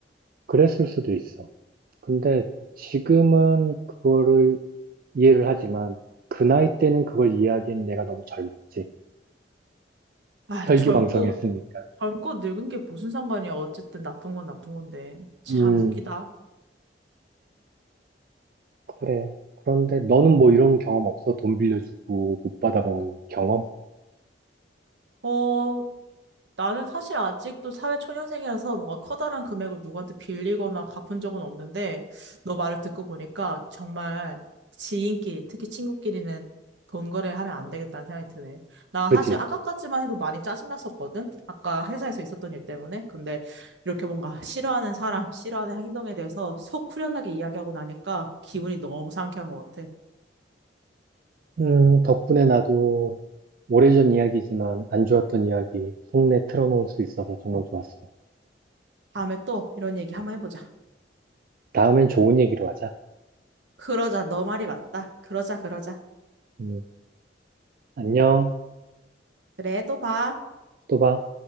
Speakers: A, on the right; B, on the right.
A: 그랬을 수도 있어. 근데 지금은 그거를 이해를 하지만 그 나이 때는 그걸 이해하기엔 내가 너무 젊었지.
B: 아,
A: 혈기왕성했으니까.
B: 젊고, 젊고 늙은 게 무슨 상관이야. 어쨌든 나쁜 건 나쁜 건데. 참
A: 음,
B: 웃기다.
A: 그래. 그런데 너는 뭐 이런 경험 없어? 돈 빌려주고 못 받아본 경험?
B: 어, 나는 사실 아직도 사회초년생이라서 뭔가 커다란 금액을 누구한테 빌리거나 갚은 적은 없는데, 너 말을 듣고 보니까 정말 지인끼리, 특히 친구끼리는 돈 거래하면 안 되겠다는 생각이 드네. 나
A: 그지?
B: 사실 아까까지만 해도 많이 짜증났었거든? 아까 회사에서 있었던 일 때문에. 근데 이렇게 뭔가 싫어하는 사람, 싫어하는 행동에 대해서 속 후련하게 이야기하고 나니까 기분이 너무 상쾌한 것 같아.
A: 음, 덕분에 나도 오래전 이야기지만 안 좋았던 이야기 속내 틀어놓을 수 있어서 정말 좋았어.
B: 다음에 또 이런 얘기 한번 해보자.
A: 다음엔 좋은 얘기로 하자.
B: 그러자, 너 말이 맞다. 그러자, 그러자.
A: 음, 안녕.
B: 그래, 또 봐.
A: 또 봐.